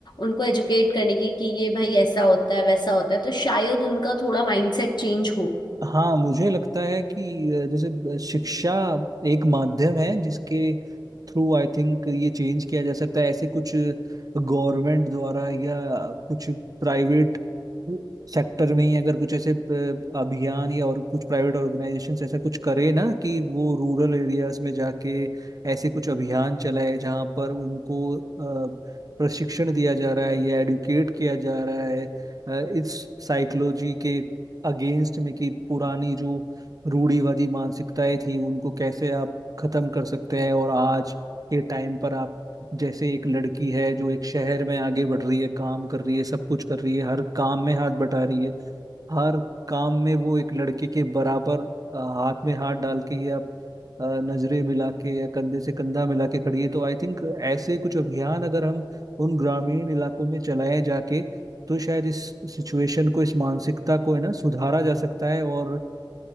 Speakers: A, on the left (about 60°); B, on the right (about 45°).
A: उनको एजुकेट करने की कि ये भाई ऐसा होता है वैसा होता है तो शायद उनका थोड़ा माइंडसेट चेंज हो
B: हाँ मुझे लगता है कि अ, जैसे अ, शिक्षा एक माध्यम है जिसके थ्रू आई थिंक ये चेंज किया जा सकता है ऐसे कुछ गवर्नमेंट द्वारा या कुछ प्राइवेट सेक्टर में ही अगर कुछ ऐसे अ, अभियान या और कुछ प्राइवेट ऑर्गेनाइजेशन ऐसा कुछ करे ना कि वो रूरल एरियाज में जाके ऐसे कुछ अभियान चलाए जहाँ पर उनको अ, प्रशिक्षण दिया जा रहा है या एडुकेट किया जा रहा है अ, इस साइकोलॉजी के अगेंस्ट में कि पुरानी जो रूढ़िवादी मानसिकताएं थी उनको कैसे आप खत्म कर सकते हैं और आज के टाइम पर आप जैसे एक लड़की है जो एक शहर में आगे बढ़ रही है काम कर रही है सब कुछ कर रही है हर काम में हाथ बटा रही है हर काम में वो एक लड़के के बराबर अ, हाथ में हाथ डाल के या अ, नजरें मिला के या कंधे से कंधा मिला के खड़ी है तो आई थिंक ऐसे कुछ अभियान अगर हम उन ग्रामीण इलाकों में चलाए जाके तो शायद इस सिचुएशन को इस मानसिकता को है ना सुधारा जा सकता है और अ,